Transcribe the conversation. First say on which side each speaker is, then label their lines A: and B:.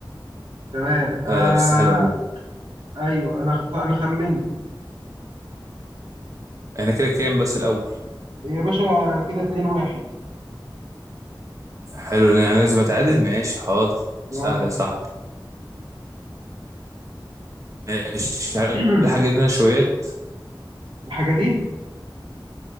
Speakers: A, on the right; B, on the right.
A: تمام انا
B: لا لا بس حلوه دي.
A: ايوه انا خط... انا خمنت
B: احنا كده كام بس الاول
A: يا باشا كده 2 1
B: حلو انا يعني لازم اتعادل ماشي حاضر
A: يلا
B: سهله يا صاحبي ماشي هل
A: <clears throat>
B: الحاجه دي نشويات
A: الحاجه دي